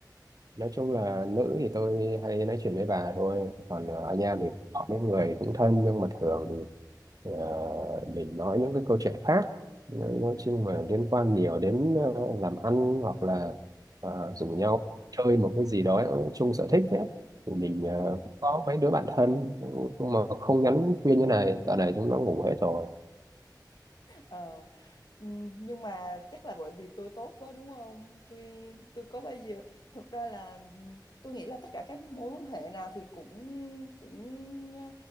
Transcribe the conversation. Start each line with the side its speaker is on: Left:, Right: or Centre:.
Right: nói chung là nữ thì tôi hay nói chuyện với bà thôi còn
Left: Ừ,
Right: ờ, anh em thì họ mấy người cũng thân nhưng mà thường thì ờ, mình nói những cái câu chuyện khác nói nói chung là liên quan nhiều đến ờ, làm ăn hoặc là ờ,
Left: ừ,
Right: rủ nhau chơi một cái gì đó chung sở thích đấy thì
Left: ừ.
Right: mình ờ, có mấy đứa bạn thân nhưng mà không nhắn khuyên như này dạo này chúng nó ngủ hết rồi
Left: Ờ, ừm, nhưng mà chắc là bởi vì tôi tốt quá đúng không? Tôi tôi có bao giờ thực ra là tôi nghĩ là tất cả các mối quan hệ nào thì cũng cũng